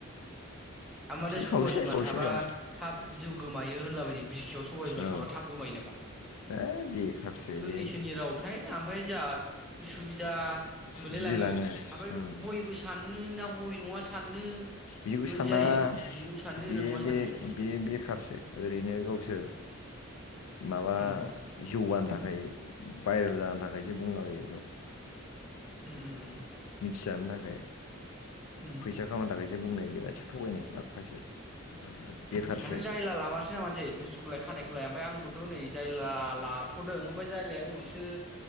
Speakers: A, in the centre; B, on the left.
A: उम माथो सबाय
B: खावसेया
A: बिमा
B: खावसेया
A: थाबा थाब जिउ गोमायो। होनलाबायदों। बिखायाव सबाय बिमा
B: औ
A: थाबा थाब गोमायो नामा
B: दा बेखारसो
A: सोरनि
B: इयो
A: सोरनि रावथाय आमफाय जा उसुबिदा मोनलायलाङो
B: गिलायलाङो
A: आमफाय
B: उम
A: हयबो सान नो ना हय नङा साननो
B: बिदिखौ
A: बेबायदि
B: सानाङा
A: जायो नोंगौ साननो
B: बे-बे-बे
A: ना नङा साननो
B: बेखारसो ओरैनो गावसोर माबा
A: उम
B: जौगानो था भाइराल जानो थाखायसो बुंलाबायो बेखौ।
A: उम उम उम
B: मिथिजानो थाखाय
A: उम
B: फैसा खामानि थाखायसो बुंनाय गासैबो थगायनाय माखासे बेखारसो
A: उम जायला लामारसै मामारसै बुस्थुखौलाय खानायखौलाय ओमफफ्राय आंबोथ नै जाय लाथदों ओमफ्राय जायलाया उनावसो